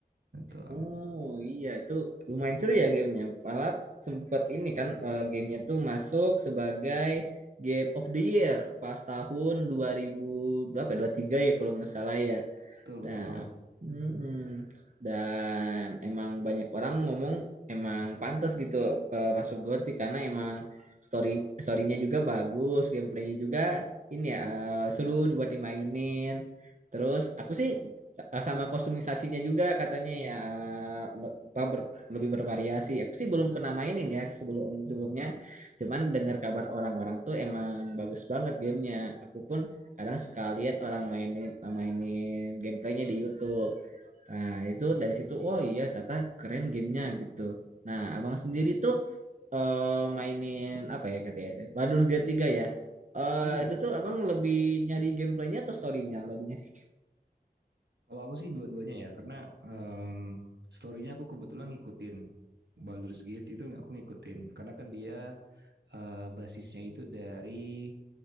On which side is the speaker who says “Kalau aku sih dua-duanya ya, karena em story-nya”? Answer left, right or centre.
Right